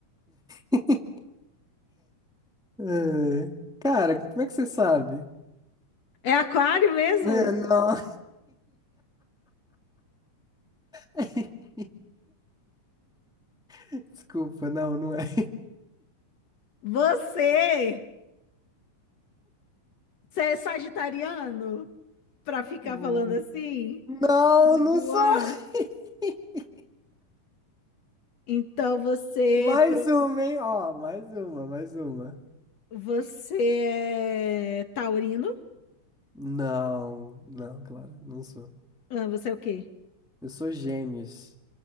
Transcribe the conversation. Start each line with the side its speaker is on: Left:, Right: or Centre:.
Centre: <laughs> É, Cara, como é que você sabe?
Left: é aquário mesmo?
Centre: É, não. <laughs> Desculpa, não, não é.
Left: Você, você é sagitariano? Pra ficar
Centre: Hum,
Left: falando assim?
Centre: Não,
Left: Me
Centre: não
Left: zoar?
Centre: sou. <laughs>
Left: Então você,
Centre: Mais
Left: pro-
Centre: uma, hein? Ó, mais uma, mais uma.
Left: você é taurino?
Centre: Não, não, claro, não sou.
Left: Ah, Você é o quê?
Centre: Eu sou gêmeos.